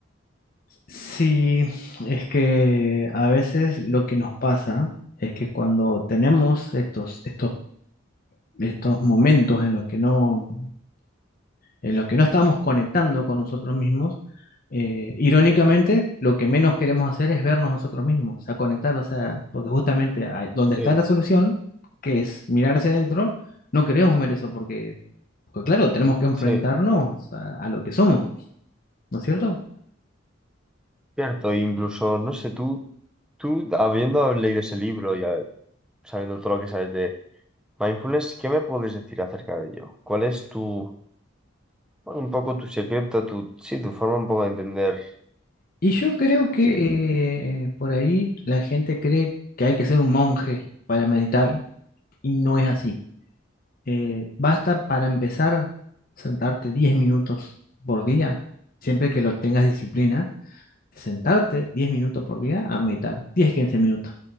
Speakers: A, on the left (about 45°); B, in the centre.
A: Sí, es que a veces lo que nos pasa es que cuando tenemos estos, estos estos momentos en los que no, en los que no estamos conectando con nosotros mismos, eh, irónicamente, lo que menos queremos hacer es vernos nosotros mismos, o sea, conectar, o sea, porque justamente ahí- donde
B: Sí,
A: está la solución, que es mirar hacia adentro, no queremos ver eso, porque, porque, claro, tenemos que enfrentarnos
B: sí,
A: a, a lo que somos, ¿no es cierto?
B: cierto. Incluso, no sé, tú, tú habiendo leído ese libro y a- sabiendo todo lo que sabes de mindfulness, ¿qué me puedes decir acerca de ello? ¿Cuál es tu, Bueno, un poco tu secreto, tu, sí, tu forma un poco de entender,
A: Y yo creo que
B: sí.
A: eh, por ahí la gente cree que hay que ser un monje para meditar, y no es así. eh, basta para empezar sentarte 10 minutos por día, siempre que lo tengas disciplina, sentarte 10 minutos por día a meditar, 10 15 minutos.